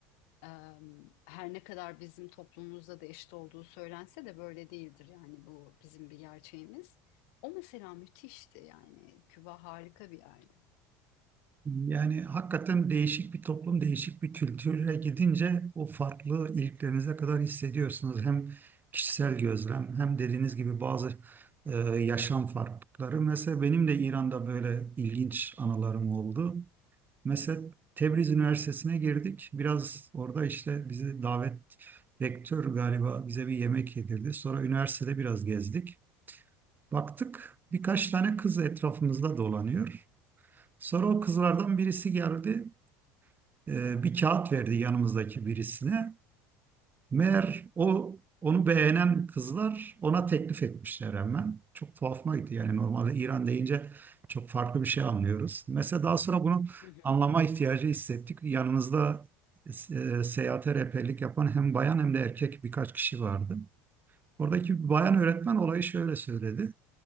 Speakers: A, on the left; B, on the right.
A: Ee, her ne kadar bizim toplumumuzda da eşit olduğu söylense de böyle değildir yani bu bizim bir gerçeğimiz. O mesela müthişti yani Küba harika bir yerdi.
B: Yani hakikaten değişik bir toplum, değişik bir kültüre gidince o farklı iliklerinize kadar hissediyorsunuz. Hem kişisel gözlem hem dediğiniz gibi bazı e, yaşam farklılıkları. Mesela benim de İran'da böyle ilginç anılarım oldu. Mesela Tebriz Üniversitesi'ne girdik. Biraz orada işte bizi davet rektör galiba bize bir yemek yedirdi. Sonra üniversitede biraz gezdik. Baktık birkaç tane kız etrafımızda dolanıyor. Sonra o kızlardan birisi geldi. E, bir kağıt verdi yanımızdaki birisine. Meğer o onu beğenen kızlar ona teklif etmişler hemen. Çok tuhafıma gitti. Yani normalde İran deyince çok farklı bir şey anlıyoruz. Mesela daha sonra bunu
A: Hı hı.
B: anlama ihtiyacı hissettik. Yanımızda e, seyahate rehberlik yapan hem bayan hem de erkek birkaç kişi vardı. Oradaki bir bayan öğretmen olayı şöyle söyledi.